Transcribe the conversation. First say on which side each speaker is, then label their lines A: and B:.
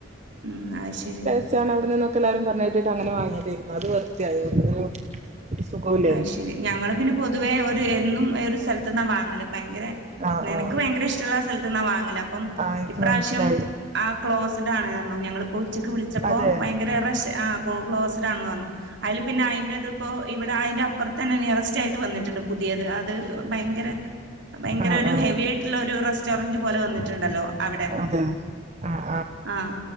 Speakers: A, on the right; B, on the right.
A: ഉം അയ്ശെരി
B: ച്ചാണ് അവിടെ നിന്നൊക്ക എല്ലാരും പറഞ്ഞെട്ടിട്ട് അങ്ങനെ വങ്ങിയതേരുന്നു അത് വെർതേ ആയി <unintelligible> ഒരു സുഖോല്ലെനു.
A: അത് ശരി ഞങ്ങള് പിന്നെ പൊതുവേ ഒരു എന്നും ഒരു സ്ഥലത്ത്ന്നാ വാങ്ങല് ഭയങ്കര
B: ആഹ്
A: നെനക്ക്
B: ആഹ്
A: ഭയങ്കര ഇഷ് റ്റുള്ള സ്ഥലത്ത്ന്നാ വാങ്ങല് അപ്പം
B: ആഹ് എനിക്ക്
A: ഇപ്രാവശ്യം
B: മനസ്സിലായി
A: ആ ക്ലോസ്ഡ് ആണ് പറഞ്ഞു ഞങ്ങളിപ്പോ ഉച്ചക്ക് വിളിച്ചപ്പോ
B: അതെ
A: ഭയങ്കര റെഷ് ആ കോ ക്ലോസ്ഡ് ആണന്ന് പറഞ്ഞു. അയില് പിന്ന അയിന്റെതിപ്പോ ഇവിടെ അയിന്റെ അപ്പറത്തന്നെ നിയറസ്റ്റ് ആയിട്ട് വന്നിട്ട്ണ്ട് പുതിയത് അത് ഭയങ്കര ഭയങ്കര
B: ആഹ്
A: ഒരു
B: ആഹ്
A: ഹെവി ആയിട്ടുള്ള ഒരു റെസ്റ്റോറൻറ്റ് പോലെ വന്നിട്ടുണ്ടല്ലോ- അവിടെ
B: അതെ ആഹ്
A: ആഹ്